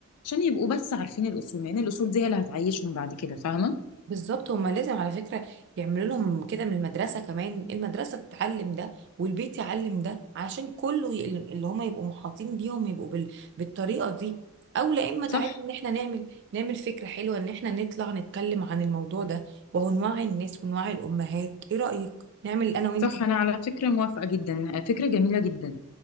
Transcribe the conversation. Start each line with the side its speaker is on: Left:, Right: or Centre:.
Left: عشان يبقوا بس عارفين الاصول لان الاصول دي هي اللي هتعيشهم بعد كده فاهمه
Right: بالظبط هما لازم على فكرة يعملوا لهم كده من المدرسة كمان المدرسة تتعلم ده والبيت يعلم ده علشان كله ي- اللي هما يبقوا محاطين بيهم يبقوا بال... بالطريقة دي او لا اما تعالي
Left: صح
Right: ان احنا نعمل نعمل فكرة حلوة ان احنا نطلع نتكلم عن الموضوع ده وهو نوعي الناس ونوعي الامهات ايه رأيك نعمل انا وانتي
Left: صح انا على فكره موافقه جدا فكره جميله جدا